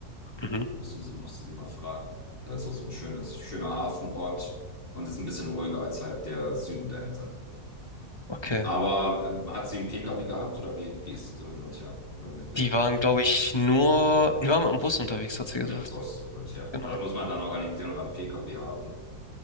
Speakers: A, on the left; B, on the left.
A: Mhm.
B: Musste sie, musste sie mal fragen. Da ist auch so ein schönes, schöner Hafenort und ist ein bisschen ruhiger als halt der Süden der Insel.
A: Okay.
B: Aber ähm, hat sie einen PKW gehabt oder wie, wie ist sie so hin und her? Oder wie hat sie das
A: Die
B: gemacht?
A: waren, glaube ich, nur, die waren im Bus unterwegs, hat sie
B: Mit
A: gesagt.
B: Bus, gut, ja.
A: Genau.
B: Das muss man dann organisieren oder einen PKW haben.